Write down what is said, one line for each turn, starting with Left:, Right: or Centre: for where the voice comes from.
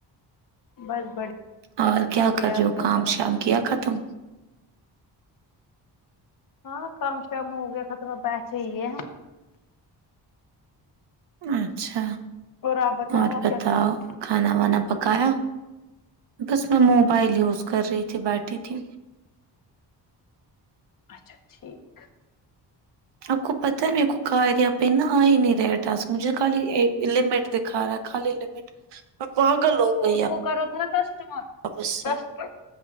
Left: بس
Right: اور کیا
Left: بڑھیا
Right: کر رہے ہو
Left: سب
Right: کام شام کیا ختم
Left: ہاں کم سےم ہو گیا خترمہ پیسے ہی ہے
Right: اچھا
Left: اور آپ
Right: اور
Left: آپ
Right: بتاؤ
Left: کیا کر رہے ہو
Right: کھانا وانا پکایا بس میں موبائل یوز کر رہی تھی بیٹھی تھی
Left: اچھا ٹھیک
Right: اپ کو پتہ م کو کاری آ پہین آئی نہیں رٹ تاسک مجھے خالی لمٹ دکھا رہا ہے خالی لمٹ میں پاگل
Left: تو
Right: ہو گئی
Left: ان کو کر رہا تھا نا کسٹمر
Right: آپ اس سے
Left: کسٹ